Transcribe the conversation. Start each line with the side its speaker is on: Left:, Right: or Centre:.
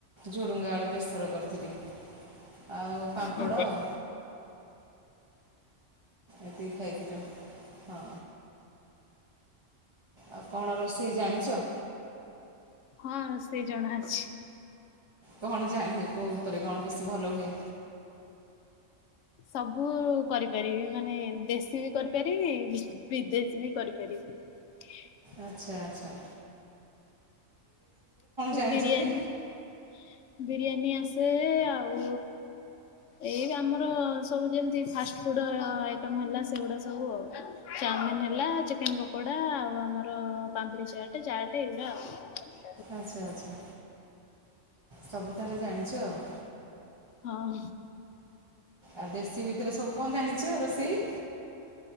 Right: ଝୁଡ଼ୁଙ୍ଗା ଆଳୁ ବେଶର କରିଥିଲି। ଆଉ ପାମ୍ପଡ଼
Left: ଓହୋ
Right: ଆଉ। ଏତିକି ଖାଇଥିଲୁ ହଁ। ଆଉ କଣ ରୋଷେଇ ଜାଣିଛ?
Left: ହଁ, ରୋଷେଇ ଜଣା ଅଛି।
Right: କଣ ଜାଣିଏ କୋଉ ଉପରେ କଣ ବେଶୀ ଭଲ ହୁଏ?
Left: ସବୁ କରିପାରିବି, ମାନେ ଦେଶୀ ବି କରିପାରିବି, ବିଦେଶୀ ବି କରିପାରିବି। <unintelligible>
Right: ଆଛା, ଆଛା। ଜାଣିଛନ୍ତି
Left: ବିରିୟାନି, ବିରି ବିରିୟାନୀ ଆସେ। ଆଉ ଏଇ ଆମର ସବୁ ଯେମିତି ଫାଷ୍ଟଫୁଡ ଆଇଟମ୍ ହେଲା ସେଗୁଡା ସବୁ ଆଉ। ଚାଓମିନି ହେଲା ଚିକେନ ପକୋଡା ଆଉ ଆମର ପାମ୍ପିଡି ଚାଟେ ଚାଟେ ଏଇଗୁଡା ଆଉ।
Right: ଆଚ୍ଛା! ଆଚ୍ଛା! ସବୁ ତାହଲେ ଜାଣିଛ। ଆଉ
Left: ହଁ।
Right: ଆଉ ଦେଶୀ ଭିତରେ ସବୁ କଣ ଜାଣିଚୁ, ରୋଷେଇ।